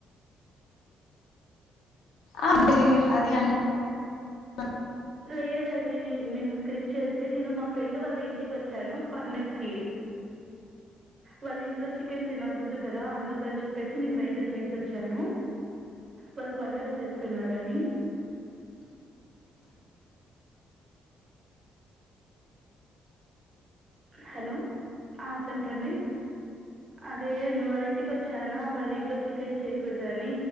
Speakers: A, on the left; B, on the right.
A: అ <inaudible> ఆ <unintelligible> అది అను స
B: లేదండి నేన్ మేము క్రిస్టియన్సే నేను మా ఫ్రెండ్ వాళ్ల ఇంటికి వచ్చాను పండక్కి.
A: <inaudible>
B: వాళ్ళ ఇంట్లో చికెన్ తినగూడదు కదా అందుకని చెప్పేసి నేన్ బయట తినేసి వచ్చాను. వాళ్ళు పండగ చేస్తున్నారని
A: <inaudible>
B: హలో హ చెప్పండి అదే ను వాళ్ళ ఇంటికి వచ్చానా వాళ్ళ ఇంట్లో చికెన్ చేయకూడదని